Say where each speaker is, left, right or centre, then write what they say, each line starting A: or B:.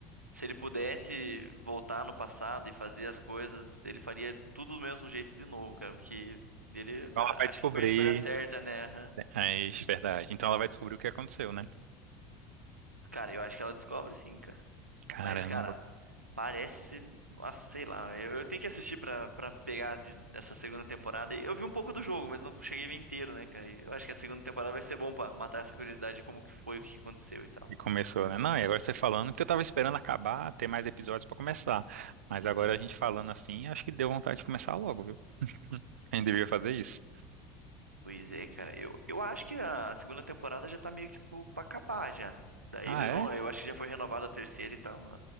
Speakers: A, on the right (about 85°); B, on the right (about 70°).
A: se ele pudesse voltar no passado e fazer as coisas, ele faria tudo do mesmo jeito de novo, cara. Porque ele
B: Então
A: acho
B: ela vai descobrir,
A: que foi a escolha certa, né? Aham.
B: é, é isso, verdade, então ela vai descobrir o que aconteceu, né?
A: Cara, eu acho que ela descobre sim, cara.
B: Caramba,
A: Mas, cara,
B: pá.
A: Parece, ah, sei lá, eu, eu tenho que assistir pra, pra pegar de- dessa segunda temporada. E Eu vi um pouco do jogo, mas não cheguei a ver inteiro, né, cara? E Eu acho que a segunda temporada vai ser bom pra matar essa curiosidade de como que foi, o que aconteceu e tal.
B: E começou, né? Não, e agora você falando, porque eu tava esperando acabar, ter mais episódios pra começar. Mas
A: Uhum.
B: agora a gente falando assim, acho que deu vontade de começar logo, viu? <laughs> A gente devia fazer isso.
A: Pois é, cara, eu, eu acho que a segunda temporada já tá meio que pro- pra acabar já. Daí
B: Ah,
A: eles
B: é?
A: vão, eu acho que já foi renovada a terceira e tal.